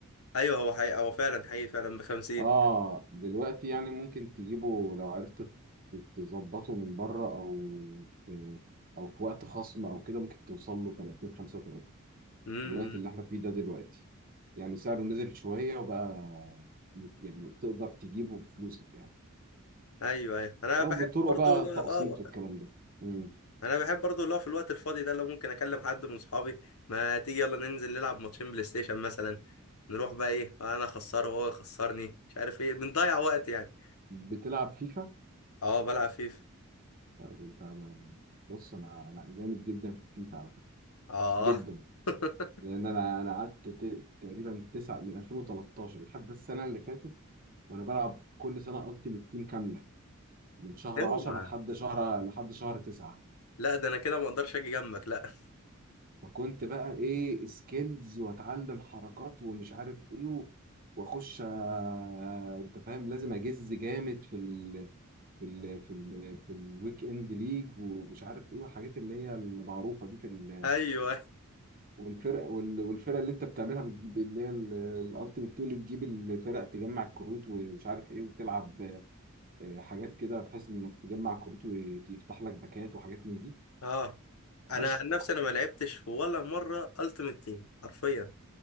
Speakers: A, on the left; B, on the right.
A: ايوه هو حقيقي هو فعلا حقيقي فعلا بخمسين
B: اه دلوقتي يعني ممكن تجيبه لو عرفت ت- تظبطه من بره او في او في وقت خصم او كده ممكن توصل له 30 35
A: امم
B: الوقت اللي احنا فيه ده دلوقتي يعني سعره نزل شويه وبقى م- يعني تقدر تجيبه بفلوسك يعني
A: ايوه ايوه انا
B: او
A: بحب
B: بالطرق
A: برضو
B: بقى
A: اه
B: تقسيط والكلام ده مم.
A: انا بحب برضو اللي هو في الوقت الفاضي ده لو ممكن اكلم حد من صحابي ما تيجي يلا ننزل نلعب ماتشين بلاي ستيشن مثلا نروح بقى ايه انا اخسره وهو يخسرني مش عارف ايه بنضيع وقت يعني
B: بتلعب فيفا
A: اه بلعب فيفا
B: طيب انت بص انا انا جامد جدا في الفيفا على فكره
A: اه
B: جدا
A: <laughs>
B: لان انا انا قعدت ت- تقريبا تسعة من 2013 لحد السنه اللي فاتت وانا بلعب كل سنه التيمت تيم كامله من شهر
A: اوعى
B: 10 لحد شهر لحد شهر 9
A: لا ده انا كده ما اقدرش اجي جنبك لا
B: فكنت بقى ايه سكيلز واتعلم حركات ومش عارف ايه و- واخش آه، انت فاهم لازم اجز جامد في ال في ال في ال في الويك اند ليج ومش عارف ايه الحاجات اللي هي المعروفه دي في ال
A: ايوه
B: والفرق وال- والفرق اللي انت بتعملها بتجيب اللي هي الالتيمت تيم اللي تجيب الفرق تجمع الكروت ومش عارف ايه وتلعب آه، حاجات كده بحيث انك تجمع كروت ويفتح لك باكات وحاجات من دي
A: اه
B: عشق
A: انا عن نفسي انا ما لعبتش ولا مره التيمت تيم حرفيا